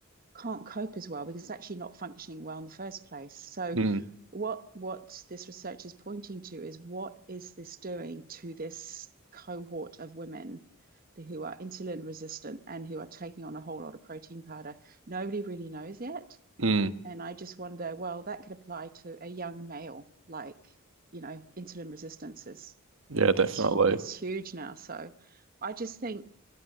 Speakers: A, on the right (about 40°); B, on the right (about 65°).
A: can't cope as well because it's actually not functioning well in the first place. So
B: mm,
A: what what this research is pointing to is what is this doing to this cohort of women who are insulin resistant and who are taking on a whole lot of protein powder. Nobody really knows yet.
B: mm.
A: And I just wonder, well, that could apply to a young male, like, you know, insulin resistance is
B: Yeah,
A: is
B: definitely.
A: is huge now. So I just think